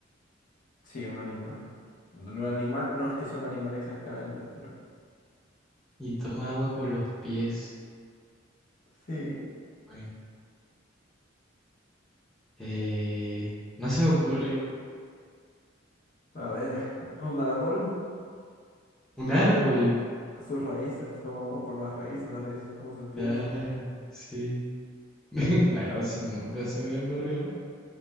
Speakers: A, on the left (about 40°); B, in the centre.
A: Sí, un animal. Lo animal, no es que son animal exactamente, pero
B: y toma agua por los pies.
A: sí.
B: Ay. Eh, no se me ocurre.
A: A ver, <laughs> un árbol,
B: Un árbol.
A: sus raíces, toma agua por las raíces, las raíces son como sus pies.
B: Claro, sí. <laughs> La verdad, sí, nunca se me hubiera ocurrido.